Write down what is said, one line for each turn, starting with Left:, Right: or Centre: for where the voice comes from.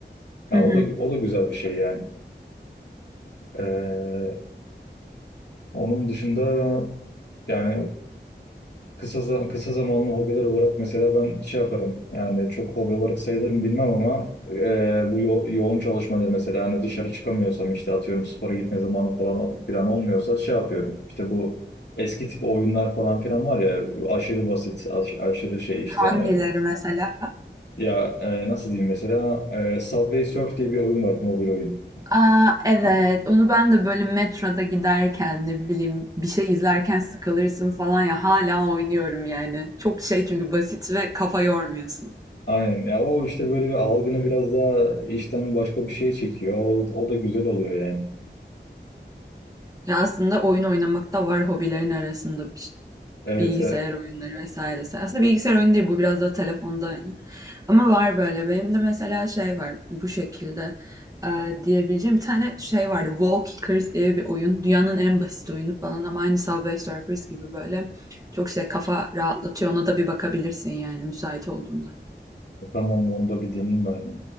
Right: Hı
Left: Ya
Right: hı.
Left: o da o da güzel bir şey yani. E, onun dışında yani Kısa, za- kısa zamanlı hobiler olarak mesela ben şey yaparım yani çok hobi olarak sayılırım bilmem ama e, bu yo- yoğun çalışmada mesela hani dışarı çıkamıyorsam işte atıyorum spora gitme zamanı falan plan olmuyorsa şey yapıyorum işte bu eski tip oyunlar falan filan var ya aşırı basit aş- aşırı şey işte
Right: Hangileri mesela?
Left: ya e, nasıl diyeyim mesela e, Subway Surf diye bir oyun var mobil oyun.
Right: Aa evet
Left: Ha,
Right: onu ben de böyle metroda giderken ne bileyim bir şey izlerken sıkılırsın falan ya hala oynuyorum yani. Çok şey çünkü basit ve kafa yormuyorsun.
Left: Aynen ya o işte böyle bir algını biraz daha işten başka bir şeye çekiyor o, o da güzel oluyor yani.
Right: Ya aslında oyun oynamak da var hobilerin arasında
Left: Evet,
Right: bilgisayar
Left: e,
Right: oyunları vesairesi. Aslında bilgisayar oyunu değil bu biraz da telefonda yani. Ama var böyle. Benim de mesela şey var bu şekilde e, diyebileceğim bir tane şey vardı. Walkers diye bir oyun. Dünyanın en basit oyunu falan ama aynı Subway Surfers gibi böyle çok şey kafa rahatlatıyor. Ona da bir bakabilirsin yani müsait olduğunda.
Left: Tamam onu da bir deneyeyim ben ya.